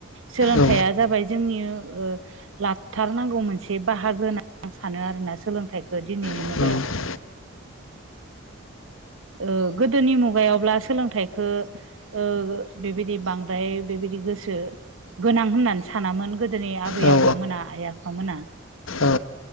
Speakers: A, on the right; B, on the left.
A: सोलोंथाइया
B: औ
A: जाबाय जोंनि ओ लाथारनांगौ मोनसे बाहागो होननानै आं सानो आरोना सोलोंथाइखौ दिनैनि
B: औ
A: मुगायाव। ओ गोदोनि मुगायावब्ला सोलोंथाइखो ओ बेबायदि बांद्राय बेबायदि गोसो गोनां होननानै सानामोन गोदोनि आबै
B: औ
A: आबौमोना आइ आफामोना।
B: औ